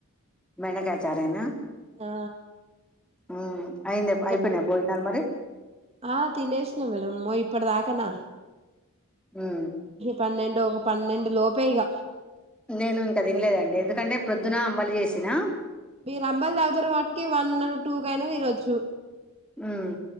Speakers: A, in the centre; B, on the right.
A: బెండకాయ చారేనా
B: ఆ
A: ఆ అయింది
B: ఇంక
A: అయిపోయినయ భోజనాలు మరి
B: ఆ తినేసిన మేడం అమ్మో ఇప్పటి దాకనా
A: ఉం
B: పన్నెండు ఒక పన్నెండు లోపే ఇగ
A: నేను ఇంక తినలేదండి ఎందుకంటే ప్రొద్దున అంబలి చేసినా
B: మీరు అంబలి తాగుతున్నరు కాబట్టికి వన్ టూ కయినా తినొచ్చు
A: ఉం